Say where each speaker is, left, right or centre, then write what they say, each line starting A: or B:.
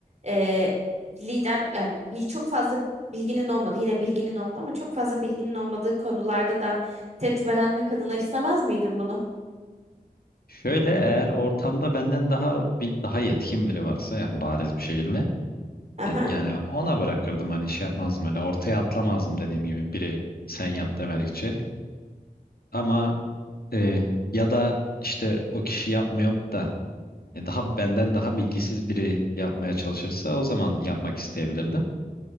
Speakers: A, on the right; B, on the left.
A: e, lider yani bil, çok fazla bilginin olmadı. Yine bilginin oldu ama çok fazla bilginin olmadığı konularda da tecrübelenmek adına istemez miydin bunu?
B: Şöyle eğer ortamda benden daha bil- daha yetkin biri varsa yani bariz bir şekilde
A: Aha.
B: E, Yani ona bırakırdım hani şey yapmazdım öyle ortaya atlamazdım dediğim gibi biri sen yap demedikçe. Ama e, ya da işte o kişi yapmıyor da e, daha benden daha bilgisiz biri yapmaya çalışırsa o zaman yapmak isteyebilirdim.